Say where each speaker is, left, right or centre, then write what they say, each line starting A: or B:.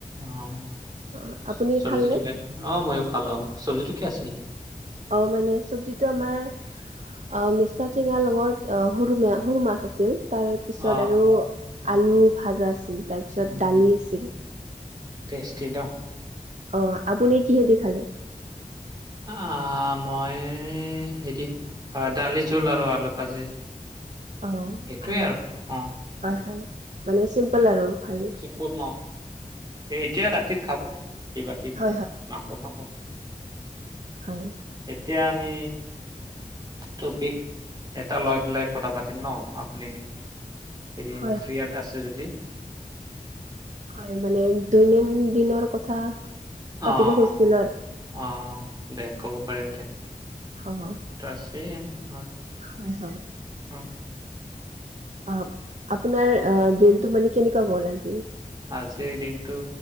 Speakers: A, on the right; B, on the right.
A: অ'
B: অ আপুনি
A: চব্জিটো
B: খালনে
A: কি অ' ময়ো খালোঁ চব্জিটো কি আছিলে
B: অ' মানে চব্জিতটো আমাৰ অ' মিচকা টেঙাৰ লগত সৰু ম সৰু মাছ আছিল তাৰপিছত
A: অ
B: আৰু
A: উম
B: আলু ভাজা আছিল, তাৰপিছত
A: উম,
B: দালি আছিল।
A: টেষ্টি ন।
B: অ' আপুনি কিহেঁদি খালে।
A: আহ মই হেতি অ' দালি জোল আৰু আলু ভাজি।
B: অ'
A: সেইটোৱে
B: ভালে
A: আৰু অ
B: হয় হয় মানে চিম্পল আৰু ভালেই।
A: চিম্পুল ন এতিয়া ৰাতি খাব কিবা কিবি
B: হয় হয়
A: মাংস-চাংস।
B: হয়
A: এতিয়া আমি টপিক এটা লৈ পেলাই কথা পাতিম ন আপুনি হেৰি
B: হয়
A: ফ্ৰিয়ত আছে যদি
B: হয় মানে দৈনিন দিনৰ কথা। পাতিব
A: অ'
B: খুজিছিলো আৰু
A: অ' অ' দে ক'ব পাৰিম দে।
B: হব
A: আছেই হা
B: হয় হয়।
A: অ।
B: অ আপোনাৰ অ দিনটো মানে কেনেকুৱা গ'ল আজি?
A: আজিৰ দিনটো